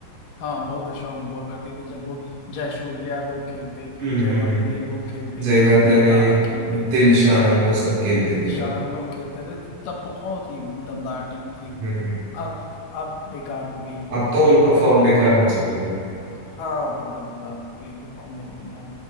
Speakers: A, on the left (about 80°); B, on the right (about 55°).
A: हाँ बहुत स्ट्रांग हुआ करती थी जब वो जयसूर्या लोग खेलते थे
B: हम्म
A: जयवर्धने
B: हम्म हम्म
A: लोग खेलते
B: जयवर्धने
A: थे संगकारा खेलते
B: दिलशान
A: थे
B: वो सब खेलते
A: दिलशान
B: थे तब
A: लोग खेलते थे तब बहुत ही दमदार टीम थी
B: हम्म हम्म।
A: अब अब बेकार हो गई है
B: अब तो उनको फॉर्म बेकार हो चुके हैं
A: हाँ पूरे अब कोई भी फॉर्म में नहीं है